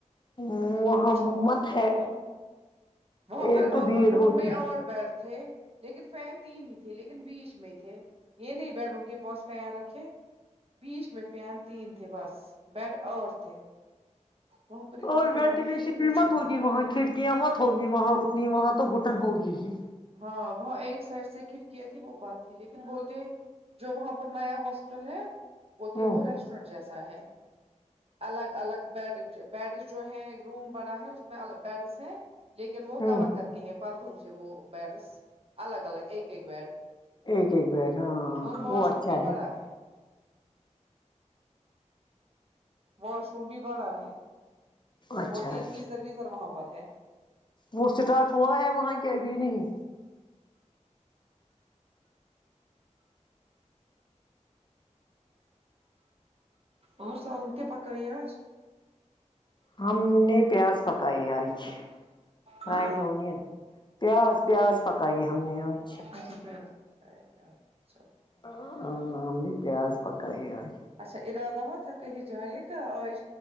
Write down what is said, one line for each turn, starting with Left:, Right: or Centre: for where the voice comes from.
Left: محمت
Right: پوچھو مت وہاں
Left: ہے
Right: پر وہاں
Left: ایک
Right: پر
Left: تو بھیڑ
Right: روم
Left: ہوتی
Right: میں اور
Left: ہے
Right: بیٹھ تھے لیکن فین تین ہی تھے لیکن بیچ میں تھے یہ نہیں بیڈ روم کے پاس فین رکھے بیچ میں فین تین تھے بس بیڈ آٹھ تھے وہاں پر اتنی
Left: اور
Right: گرمی
Left: وینٹیلیشن
Right: تھی پوچھے
Left: بھی مت ہوگی وہاں کھڑکیاں مت ہوگی وہاں اتنی وہاں تو گھوٹن ہوگی ہی
Right: ہاں وہاں ایک سائڈ سے کھڑکیاں تھی وہ بند تھی لیکن بولتے ہیں جو وہاں پر نیا ہاسپٹل ہے بولتے
Left: ہوں
Right: ہیں وہ ریسٹورینٹ جیسا ہے الگ الگ بیڈ بیڈس جو ہے روم بڑا ہے اس میں بیڈس ہیں لیکن وہ
Left: ہوں
Right: کور کر کے ہیں پر دوں سے وہ بیڈس الگ الگ ایک ایک بیڈ
Left: ایک ایک بیڈ ہاں
Right: اور واش
Left: وہ اچھا
Right: روم بھی بڑا ہے واش روم بھی پڑا ہے
Left: اچھا
Right: بولتے ہیں
Left: اچھا
Right: کہ گیزر ویزر وہاں پر ہے
Left: وہ اسٹارٹ ہوا ہے وہاں کے ابھی نہیں
Right: اور سالن کیا پکائی آج
Left: ہم نے پیاز پکائی آج فرائیڈ
Right: ہاں
Left: ہونی پیاز پیاز پکائے ہم نے آج
Right: اچھا پیاز پکائی آج
Left: ہ ہم نے پیاز پکا ئی ا آ
Right: اچھا ادر ادھر تھا کہیں جانے کا آج